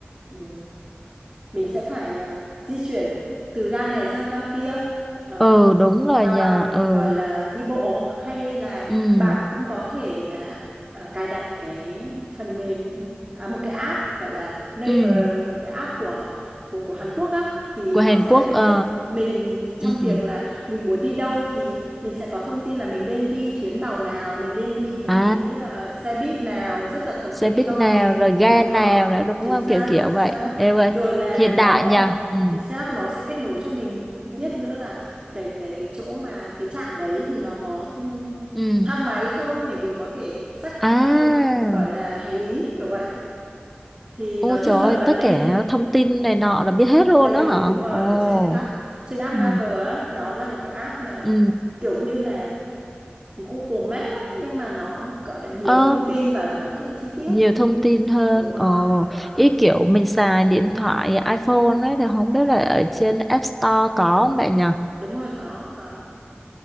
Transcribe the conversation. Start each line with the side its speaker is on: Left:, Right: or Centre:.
Right: ừm, mình sẽ phải à, di chuyển từ ga này sang ga kia ờ,
Centre: ờ đúng rồi
Right: và
Centre: nhờ
Right: bằng
Centre: ờ
Right: gọi là đi bộ hay là
Centre: ừ
Right: bạn cũng có thể là ờ, cài đặt cái phần mềm à, một cái app gọi là Naver
Centre: ừ
Right: một cái app của của của Hàn Quốc á thì
Centre: của
Right: nó
Centre: Hàn
Right: sẽ
Centre: Quốc ờ
Right: giúp mình trong
Centre: ừ
Right: việc là mình muốn đi đâu thì mình sẽ có thông tin là mình nên đi chuyến tàu nào mình nên đi cái
Centre: à
Right: ờ, xe buýt nào rất là thuận
Centre: xe
Right: tiện
Centre: buýt
Right: cho
Centre: nào
Right: mình
Centre: rồi ga
Right: đúng
Centre: nào
Right: rồi
Centre: nữa đúng
Right: chính
Centre: không
Right: xác
Centre: kiểu kiểu
Right: chính
Centre: vậy
Right: xác
Centre: Ê ơi
Right: rồi là
Centre: hiện
Right: nó
Centre: đại nha ừ
Right: chính xác nó sẽ kết nối cho mình biết nữa là cái cái cái chỗ mà cái trạm đấy thì nó có ừm,
Centre: ừ
Right: thang máy không để mình có thể xách
Centre: à
Right: theo gọi là hành lý kiểu vậy thì
Centre: ô
Right: nói chung
Centre: trời ơi
Right: là cần
Centre: tất
Right: nên
Centre: cả thông tin này nọ là biết hết luôn
Right: đầy
Centre: đó
Right: đủ
Centre: hả
Right: đúng rồi
Centre: ồ
Right: ở trên app trên app
Centre: ừ
Right: Naver á nó là một cái app mà
Centre: ừ
Right: kiểu như là Google Maps á nhưng mà nó gọi là nhiều
Centre: ồ
Right: thông tin và nó rất là chi tiết
Centre: nhiều thông tin hơn
Right: đúng rồi
Centre: ồ
Right: đúng rồi
Centre: ý kiểu mình xài điện thoại iPhone ấy thì không biết là ở trên App Store có không bạn nhỉ
Right: đúng rồi có có